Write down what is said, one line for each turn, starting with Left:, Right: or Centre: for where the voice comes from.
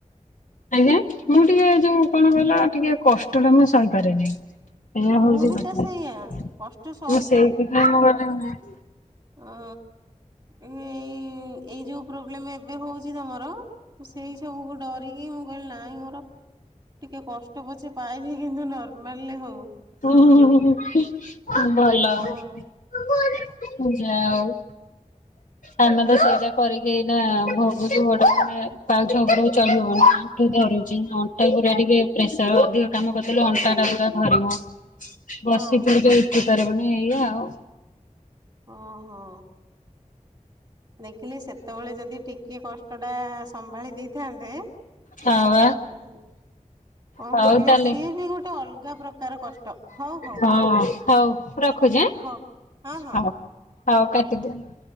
Left: ଆଜ୍ଞା। ମୁଁ ଟିକେ ଯୋଉ କଣ କହିଲ ଟିକେ କଷ୍ଟଟା ମୁଁ ସହିପାରେନି। ଏଇଆ
Right: ମୁଁ
Left: ହଉଛି
Right: ବି
Left: କଥା।
Right: ତ ସେଇଆ
Left: ମୁଁ
Right: କଷ୍ଟ
Left: ସେଇଥିପାଇଁ ମୁଁ କହିଲି ନାଇଁ।
Right: ହ ଏଇ ଏଇ ଯୋଉ ପ୍ରୋବ୍ଲେମ ଏବେ ହଉଛି ତମର ସେଇ ସବୁ ଗୋଟେ ଡରିକି ମୁଁ କହିଲି ନାହିଁ ମୋର ଟିକେ କଷ୍ଟ ପଛେ ପାଇବି କିନ୍ତୁ ନର୍ମାଲରେ ହୋଉ।
Left: ହୁ ହୁ ଭଲ।
Right: ହଁ
Left: ଯାହା ହୋଉ।
Right: ହ
Left: ଆମେ ତ ସେଇଟା କରିକି ଏନା ଭୋଗୁଛୁ ଗୋଟେ ମାନେ ପାଉଛ ଉପରକୁ ଚଢିହେଉନି। ଣ୍ଠୁ ଧରୁଛି ଅଣ୍ଟା ପୁରା ଟିକେ ପ୍ରେସର ଅଧିକ କାମ କରିଦେଲେ ଅଣ୍ଟା ଟା ପୁରା ଧରିିବ। ବସି
Right: ହଁ
Left: ପଡିକ ଉଠି ପାରିବୁନି ଏଇଆ ଆଉ।
Right: ଓହୋ। ଦେଖିଲି ସେତେବେଳେ ଯଦି ଟିକିଏ କଷ୍ଟଟା ସମ୍ଭାଳି ଦେଇଥାନ୍ତେ
Left: ହଁ ବା।
Right: ଏ କଣ
Left: ହଉ
Right: କରିବା
Left: ତାହେଲେ
Right: ସିଏ ବି ଗୋଟେ ଅଲଗା ପ୍ରକାର କଷ୍ଟ ହଉ ହଉ
Left: ହଁ। ହଉ ରଖୁଛି ଆଁ
Right: ହଉ ହଁ ହଁ
Left: ହଉ ହଉ କାଟିଦିଅନ୍ତୁ।